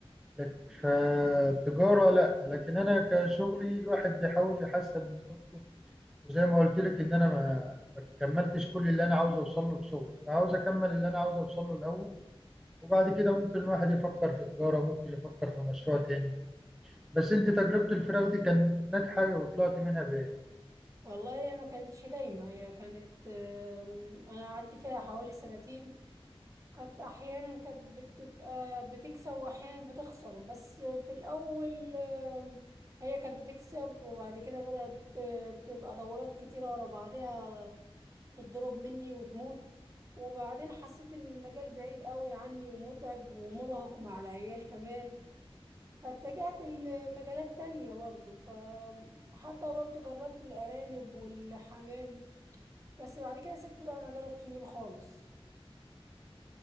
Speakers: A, in the centre; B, on the right.
A: لك- فالتجارة لا لكن أنا كشغلي الواحد بيحاول يحسن من جودته وزي ما قلت لك إن أنا ما ما كملتش كل اللي أنا عاوز أوصل له في شغلي فعاوز أكمل اللي أنا عاوز أوصل له الأول وبعد كده ممكن الواحد يفكر في تجارة ممكن يفكر في مشروع تاني بس أنت تجربة الفراخ دي كانت ناجحة وطلعت منها بإيه؟
B: والله هي ما كانتش دايما هي كانت آه، انا قعدت فيها حوالي سنتين كانت احيانا كانت بتبقى بتكسب واحيانا بتخسر بس في الاول آه، هي كانت بتكسب وبعد كده بدأت آه، تبقى دورات كتيرة ورا بعضها تتضرب مني وتموت وبعدين حسيت ان المجال بعيد قوي عني ومتعب ومرهق مع العيال كمان فاتجهت لمجالات تانية برضه فحتى برضه جربت الأرانب والحمام بس بعد كده سبت بقى مجال الطيور خالص